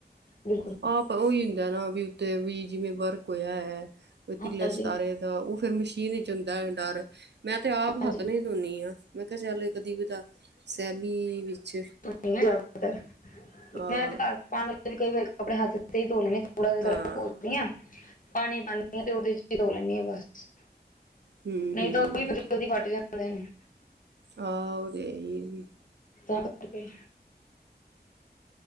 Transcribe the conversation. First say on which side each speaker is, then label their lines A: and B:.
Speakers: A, on the left; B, on the right.
A: ਬਿਲਕੁਲ
B: ਆਪ ਉਹੀ ਹੁੰਦਾ ਨਾ ਵੀ ਉੱਥੇ ਵੀ ਜਿਵੇਂ ਵਰਕ ਹੋਇਆ ਹੈ
A: ਹਾਂਜੀ
B: ਤੀਲੇ ਸਿਤਾਰੇ ਉਹ ਫਿਰ ਮਸ਼ੀਨ ਚ ਹੁੰਦਾ ਹੈ ਡਰ ਮੈਂ ਤੇ ਆਪ
A: ਹਾਂਜੀ
B: ਹੱਥ ਨਾਲ ਧੋਂਦੀ ਆਂ ਮੈਂ ਕਿਹਾ ਚੱਲ ਕਦੀ ਵੀ ਤਾਂ ਸਹਿਬੀ ਵਿੱਚ
A: ਜ਼ਿਆਦਾਤਰ
B: ਹਾਂ
A: ਮੈਂ ਤੇ ਘਰ ਪਾਉਣ ਵਾਲੇ ਵੀ ਕਈ ਵਾਰੀ ਕੱਪੜੇ ਹੱਥ ਨਾਲ ਧੋ ਲੈੇਦੀਂ ਥੋੜ੍ਹਾ ਜਿਹਾ ਸਰਫ
B: ਹਾਂ
A: ਘੋਲਦੀ ਹਾਂ ਪਾਣੀ ਪਾਉਂਦੀ ਤੇ ਉਹਦੇ ਚ ਹੀ ਧੋ ਲੈਂਦੀ ਹਾਂ ਬਸ
B: ਹੂੰ
A: ਨਹੀਂ
B: ਹੂੰ
A: ਤਾਂ ਉਹ ਵੀ ਕਦੀ ਫੱਟ ਜਾਂਦੇ ਨੇ
B: ਆਹ ਉਹ ਦੇ
A: ਤਾਂ ਕਰਕੇ